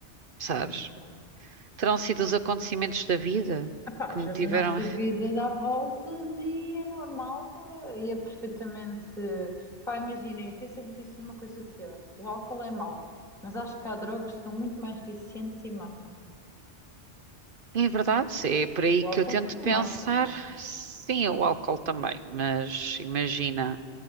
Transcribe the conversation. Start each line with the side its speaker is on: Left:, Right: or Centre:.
Right: sabes?
Centre: ok.
Right: Terão sido os acontecimentos da vida
Centre: Epá,
Right: que
Centre: às
Right: me
Centre: vezes
Right: tiveram
Centre: a nossa vida dá voltas e é normal eh, e é perfeitamente. Pá, imagina, eu pensei que me disse uma coisa pior. O álcool é mau, mas acho que há drogas que são muito mais viciantes e matam.
Right: É verdade, é por aí
Centre: O
Right: que
Centre: álcool
Right: eu tento
Centre: também
Right: pensar.
Centre: mata, mas.
Right: Sim, o álcool também, mas imagina,